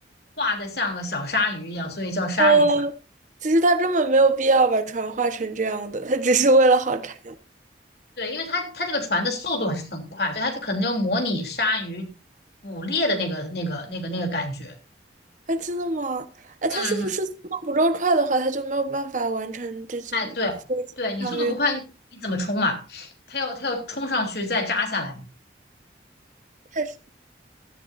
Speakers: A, on the left; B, on the right.
A: 画的像个小鲨鱼一样，所以叫鲨鱼船。
B: 哦，呃其实他根本没有必要把船画成这样的，他只是为了好看。
A: 对，因为它它这个船的速度还是很快，所以它可能就模拟鲨鱼捕猎的那个那个那个那个感觉。
B: 哎，真的吗？哎，他是不是速度不够快的话，
A: 嗯嗯，
B: 他就没有办法完成这种飞行跳跃？
A: 哎，对对，你速度不快，你你怎么冲嘛？它要它要冲上去再扎下来，
B: 太